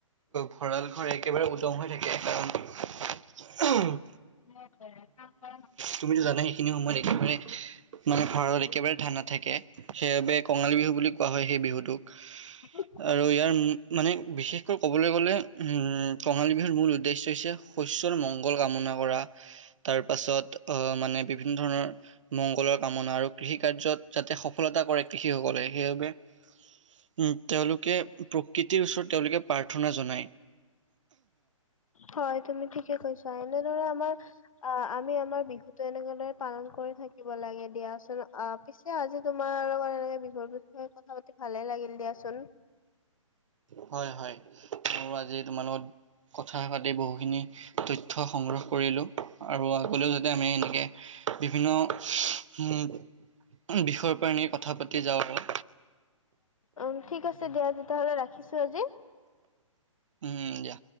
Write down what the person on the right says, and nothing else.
ভঁৰাল ঘৰ একেবাৰে উদং হৈ থাকে। কাৰণ, উহুম
তুমিতো জানাই সেইখিনি সময়ত একেবাৰে, মানে ভঁৰালত একেবাৰে ধান নাথাকে। সেইবাবে কঙালী বিহু বুলি কোৱা হয় সেই বিহুটোক।
আৰু ইয়াৰ মানে বিশেষকৈ ক'বলৈ গ'লে উম কঙালী বিহুৰ মূল উদ্দেশ্য হৈছে শস্যৰ মংগল কামনা কৰা, তাৰ পাছত আ মানে বিভিন্ন ধৰণৰ মংগলৰ কামনা, আৰু কৃষি কাৰ্যত যাতে সফলতা কৰে কৃষিসকলে সেইবাবে উম তেওঁলোকে প্ৰকৃতিৰ ওচৰত তেওঁলোকে প্ৰাৰ্থনা জনায়।
হয় হয় মোৰ আজি তোমাৰ লগত কথা পাতি বহুখিনি তথ্য সংগ্ৰহ কৰিলো। আৰু আগলৈও যাতে আমি এনেকে, বিভিন্ন উম বিষয় পৰা এনে কথা পাতি যাওঁ আৰু।
উম দিয়া।